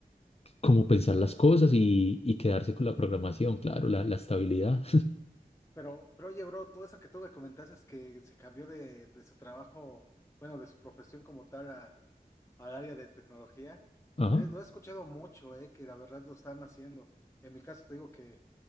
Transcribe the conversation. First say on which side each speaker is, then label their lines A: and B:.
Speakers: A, on the left; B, on the left.
A: como pensar las cosas y, y quedarse con la programación, claro, la, la estabilidad.
B: Pero, pero oye, bro, todo eso que tú me comentaste es que se cambió de, de su trabajo, bueno, de su profesión como tal a, al área de tecnología.
A: <laughs> Ajá,
B: Eh, Lo he escuchado mucho, eh, que la verdad lo están haciendo. En mi caso te digo que,